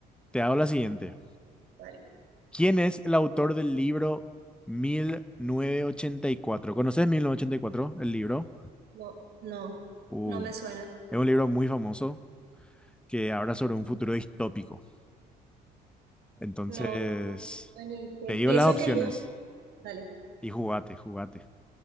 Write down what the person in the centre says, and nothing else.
te hago la siguiente.
¿Quién es el autor del libro 1984? ¿Conoces 1984, el libro?
Uh,
es un libro muy famoso que habla sobre un futuro distópico. Entonces,
te digo
las
opciones
y jugate, jugate.